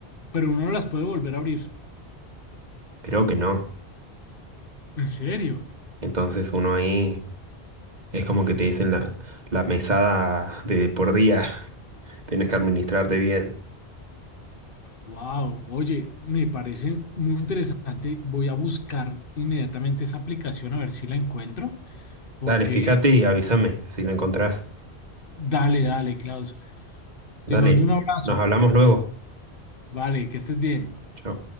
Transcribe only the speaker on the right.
Creo que no.
Entonces uno ahí es como que te dicen la, la mesada de por día. <laughs> Tenés que administrarte bien.
Dale, fíjate y avísame si lo encontrás.
Dale,
nos hablamos luego.
Chao.